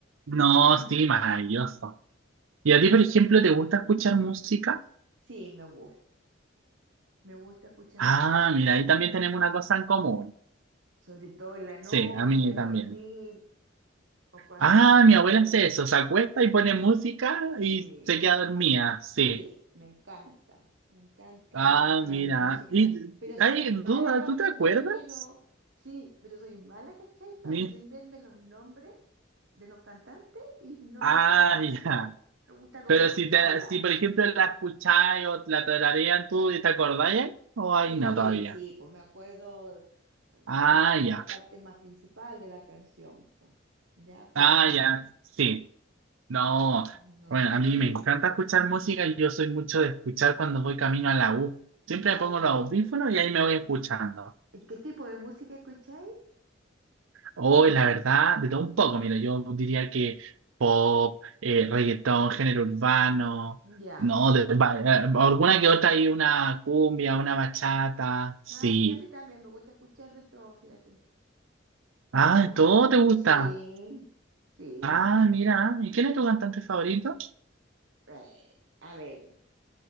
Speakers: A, on the right (about 85°); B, on the right (about 70°).
A: no,
B: muchas.
A: sí, maravilloso. ¿Y a ti,
B: Y
A: por ejemplo, te gusta
B: mm,
A: escuchar música?
B: sí, me gusta, me gusta escuchar
A: Ah,
B: música.
A: mira, ahí también tenemos una cosa en común.
B: sobre todo en la noche,
A: Sí, a mí
B: al
A: también.
B: dormir o cuando
A: Ah, mi abuela
B: estoy
A: hace
B: haciendo.
A: eso, se acuesta y pone música y
B: Sí,
A: se queda dormida, sí.
B: sí, me encanta, me encanta
A: Ah,
B: escuchar
A: mira.
B: música,
A: ¿Y
B: pero soy
A: hay
B: mala
A: duda?
B: para
A: ¿Tú
B: aprendérmelo.
A: te acuerdas?
B: Sí, pero soy mala, ¿cachai? Para
A: Mi-
B: aprenderme los nombres de los cantantes y el nombre
A: Ah,
B: de las canciones.
A: <laughs> ya.
B: Me gusta como
A: Pero
B: escucharlas,
A: si, te, si por
B: sí.
A: ejemplo la escucháis o la tararean, ¿tú te acordáis ahí? ¿O ahí
B: Sí,
A: no todavía?
B: sí, pues me acuerdo eh,
A: Ah,
B: de
A: ya.
B: la parte más principal de la canción, pues, ya, pero
A: Ah,
B: mm,
A: ya. Sí. No.
B: No
A: Bueno,
B: soy.
A: a mí me encanta escuchar música y yo soy mucho de escuchar cuando voy camino a la U. Siempre
B: Ah,
A: me pongo los
B: ya.
A: audífonos y
B: ¿Y,
A: ahí me voy escuchando.
B: y qué tipo de música escucháis?
A: Hoy, la verdad, de todo un poco, mira, yo diría que pop, eh, reggaetón, género urbano,
B: Ya.
A: no, de- va- eh, alguna que otra hay una cumbia, una bachata, sí.
B: Ah, sí, a mí también me gusta escuchar de todo, fíjate.
A: Ah,
B: Me gusta
A: todo
B: de
A: te
B: todo.
A: gusta.
B: Sí, sí.
A: Ah, mira, ¿y quién es tu cantante favorito?
B: Eh, a ver,